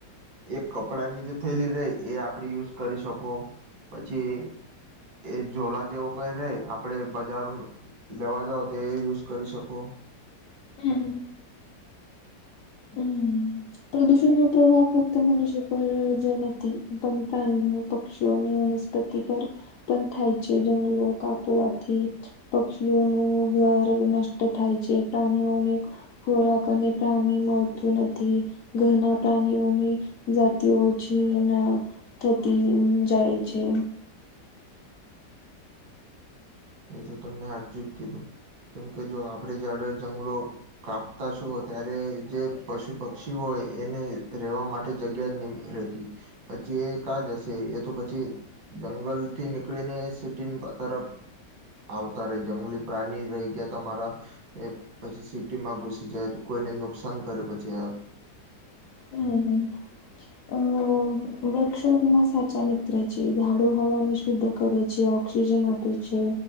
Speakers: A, on the right; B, on the left.
A: એક કપડાં ની જે થેલી ને એ આપડે યુઝ કરી શકો. પછી, એ ઝોલા જેવો કોઈ રહે, આપડે બજારમાં. લેવા જાવ તો એ યુઝ કરી શકો.
B: હમ. હમ. પ્રદૂષણનો પ્રભાવ ફક્ત મનષ્ય પર જ નથી. પણ, પ્રાણીઓ, પક્ષીઓ, વાન વનસ્પતિ પર પણ થાય છે. જંગલો કાપોવાથી.... પક્ષીઓનું ઘર નષ્ટ થાય છે. પ્રાણીઓને..... ખોરાક અને પાણી મળતું નથી. ઘરના પ્રાણીઓની જાતિ, ઓછી અને...... થતી જાય છે.
A: એ તો તમને સાચું જ કીધું કેમ કે, જો આપણે ઝાડ અને જંગલો.... કાપતા છો. ત્યારે જે પશુ પક્ષી હોય એને રહેેવા માટે જગ્યા જ.... નહી રહેતી, પછી એ ક્યાં જશે? એ તો પછી.... જંગલ થી નીકળીને સિટી તરફ..... આવે ત્યારે જંગલી પ્રાણી રહી ગયા. તમારા, એ પછી સિટી માં ઘુસી જાય તો, કોઈને નુકસાન કરે પછી આ.....
B: હમ હ. હ અ.... વૃક્ષો ના સાચા મિત્ર છે ઝાડુ હવાની શુદ્ધ કરે છે ઓક્સિજન આપે છે